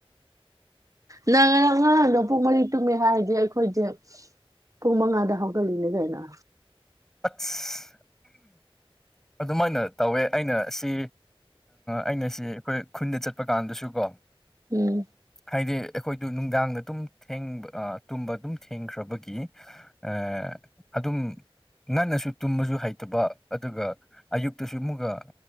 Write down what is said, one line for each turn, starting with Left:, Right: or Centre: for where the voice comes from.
Right: ꯅꯪ ꯉꯔꯥꯡ ꯅꯄꯨꯡ ꯃꯔꯤ ꯇꯨꯝꯃ‌ꯦ ꯍꯥꯏꯔꯗꯤ ꯑꯩꯈꯣꯏꯗꯤ ꯄꯨꯡ ꯃꯉꯥꯗ ꯍꯧꯒꯠꯂꯤꯅꯦ ꯀꯩꯅꯣ
Centre: ꯑꯁ ꯑꯗꯨꯃꯥꯏꯅ ꯇꯧꯋꯦ ꯑꯩꯅ ꯁꯤ ꯑꯩꯅꯁꯤ ꯑꯩꯈꯣꯏ ꯈꯨꯟꯗ ꯆꯠꯄ ꯀꯥꯟꯗꯁꯨ ꯀꯣ
Right: ꯎꯝ
Centre: ꯍꯥꯏꯗꯤ ꯑꯩꯈꯣꯏꯗꯨ ꯅꯨꯡꯗꯥꯡꯗ ꯇꯨꯝ ꯊ‌ꯦꯡꯕ ꯑ ꯇꯨꯝꯕ ꯑꯗꯨꯝ ꯊꯦꯡꯈ꯭ꯔꯕꯒꯤ ꯑ ꯑꯗꯨꯝ ꯉꯟꯅꯁꯨ ꯇꯨꯝꯕꯁꯨ ꯍꯩꯇꯕ ꯑꯗꯨꯒ ꯑꯌꯨꯛꯇꯁꯨ ꯑꯃꯨꯛꯒ